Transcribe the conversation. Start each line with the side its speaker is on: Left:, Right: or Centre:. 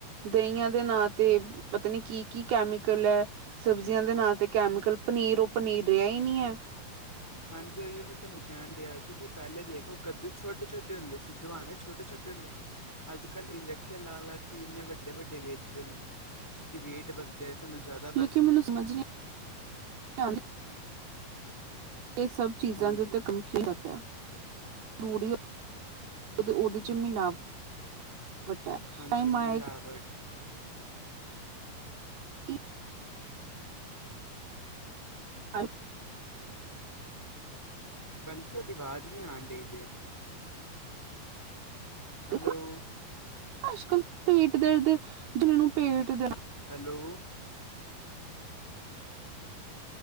Right: ਦਹੀਆਂ ਦੇ ਨਾਂ ਤੇ ਪਤਾ ਨੀ ਕੀ ਕੀ ਕੈਮੀਕਲ ਹੈ। ਸਬਜ਼ੀਆਂ ਦੇ ਨਾਂ ਤੇ ਕੈਮੀਕਲ, ਪਨੀਰ ਉਹ ਪਨੀਰ ਰਿਹਾ ਹੀ ਨਹੀਂ ਹੈ।
Centre: ਹਾਂਜੀ ਓਹੀ ਓ ਮੈਂ ਤੁਹਾਨੂੰ ਕਹਿਣ ਡਿਆ ਸੀ ਕਿ ਪਹਿਲੇ ਦੇਖੋ ਕੱਦੂ ਛੋਟੇ ਛੋਟੇ ਹੁੰਦੇ ਸੀ। ਦਵਾਣੇ ਛੋਟੇ ਛੋਟੇ ਹੁੰਦੇ ਸੀ। ਅੱਜ ਕੱਲ੍ਹ ਇੰਜੈਕਸ਼ਨ ਲਾ ਲਾ ਕੇ ਇੰਨੇ ਵੱਡੇ ਵੱਡੇ ਵੇਚਦੇ ਨੇ ਤਾਂਕਿ ਵੇਟ ਵਧੇ ਜਾ ਸਾਨੂੰ ਜ਼ਿਆਦਾ
Right: ਲੇਕਿਨ
Centre: ਪੈਸਾ ਮਿਲੇ।
Right: ਮੈਨੂੰ ਸਮਝ ਨਹੀਂ ਆਉਂਦੀ ਇਹ ਸਭ ਚੀਜ਼ਾਂ
Centre: ਹਾਂਜੀ
Right: ਦੇ ਉੱਤੇ ਕੰਮ ਪਿਆ ਰੂਰੀ ਉਹਦੇ ਚ ਮਿਲਾਵਟ
Centre: ਹਾਂਜੀ
Right: <unintelligible>
Centre: <unintelligible>
Right: ਕਿ <unintelligible>
Centre: ਭੈਣ ਜੀ ਤੁਹਾਡੀ ਆਵਾਜ਼ ਨੀ ਆਉਣ ਡਈ ਜੇ। ਹੈਲੋ
Right: ਦੇਖੋ ਅੱਜ ਕੱਲ ਪੇਟ ਦਰਦ ਜਿਨਾਂ ਨੂੰ ਪੇਟ ਦਰਦ
Centre: ਹੈਲੋ